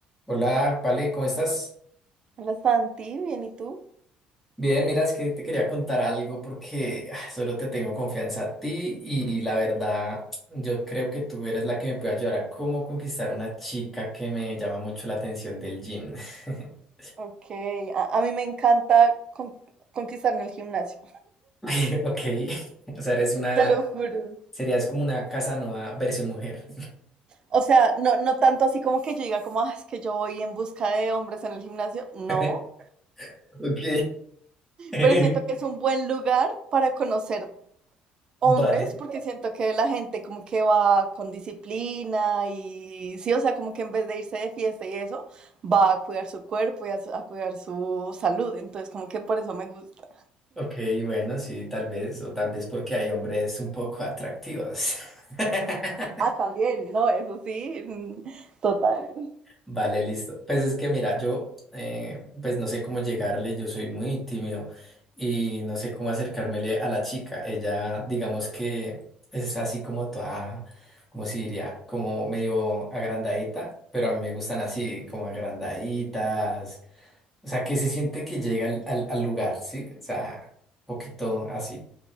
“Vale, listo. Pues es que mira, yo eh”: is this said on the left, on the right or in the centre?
Centre